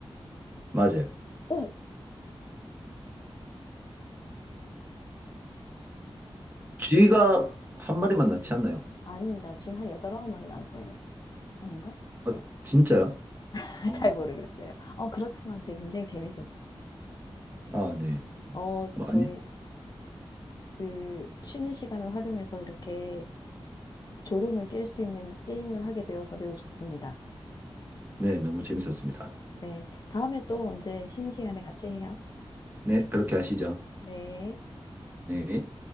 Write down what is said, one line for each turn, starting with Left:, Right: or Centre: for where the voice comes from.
Right: 맞아요.
Left: 어머!
Right: 쥐가 한 마리만 낳지 않나요?
Left: 아니다. 쥐는 한 여덟, 아홉 마리 낳을걸요? 아닌가?
Right: 아, 진짜요?
Left: <laughs>
Right: 어,
Left: 잘 모르겠어요. 어, 그렇지만 되게 굉장히 재밌었어요.
Right: 아, 네.
Left: 어, 저-
Right: 뭐,
Left: 저희
Right: 아니,
Left: 그 쉬는 시간을 활용해서 이렇게 졸음을 깰 수 있는 게임을 하게 되어서 매우 좋습니다.
Right: 네, 너무 재밌었습니다.
Left: 네. 다음에 또 언제 쉬는 시간에 같이 해요.
Right: 네, 그렇게 하시죠.
Left: 네.
Right: 네.